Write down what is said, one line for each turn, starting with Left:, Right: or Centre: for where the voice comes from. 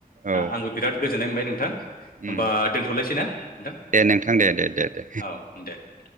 Right: औ
Left: आंबो बिराद गोजोननाय मोनबाय नोंथां होमबा
Right: उम
Left: दोनथ'लायसै ना नोंथां
Right: दे नोंथां दे दे दे दे
Left: औ दे